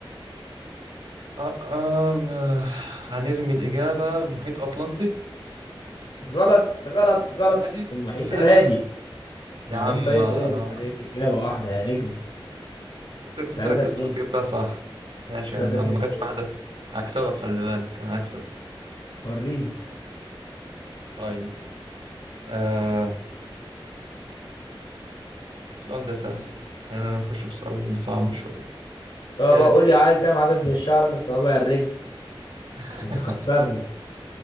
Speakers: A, on the right; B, on the left.
A: آه، آم، آه، هنرمي الإجابة محيط أطلنطي
B: غلط غلط غلط
A: الهادي
B: المحيط
A: الهادي
B: الهادي
A: طيب
B: اما
A: يا عم
B: الهادي طيب
A: آه،
B: ايه انت ليك اجابه واحده يا نجم
A: كنت كنت
B: 3
A: ركزت
B: 2
A: كنت جبتها صح ماشي
B: 3
A: يا عم
B: 2
A: يلا ما جاتش
B: ايه
A: واحدة هكسبك خلي بالك أنا هكسب
B: وريني
A: طيب آه السؤال ده سهل خلينا نخش في سؤال صعب شوية
B: طب
A: آه.
B: قول لي عدد كام عدد الشعر اللي في صوابع الرجل
A: <laughs>
B: عشان تخسرني